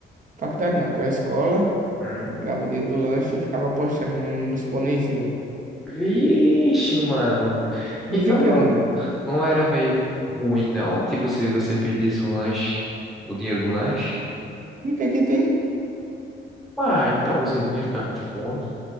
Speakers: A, on the right; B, in the centre.
A: Faculdade não, pra escola.
B: Hum.
A: Eu pegava o dinheiro do lanche e ficava apostando no- nos pôneizinhos.
B: Vixe, mano.
A: Me
B: Então
A: Diz o que,
B: não,
A: mano?
B: não era meio ruim, não. Tipo, se você perdesse o lanche, o dinheiro do lanche.
A: E o que é que tem?
B: Ah, então você não ia ficar com fome.